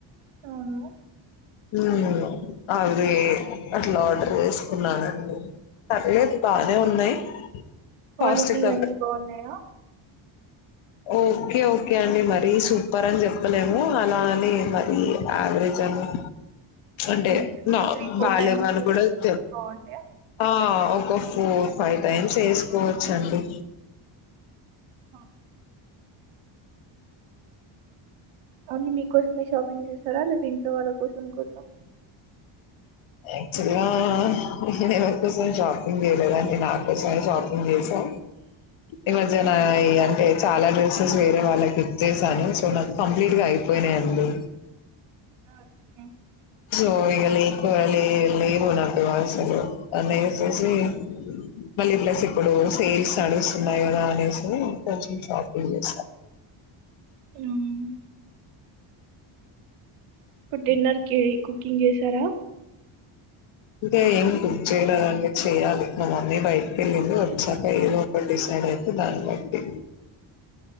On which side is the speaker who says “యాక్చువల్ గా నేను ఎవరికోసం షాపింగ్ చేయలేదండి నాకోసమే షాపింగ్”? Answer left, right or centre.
Left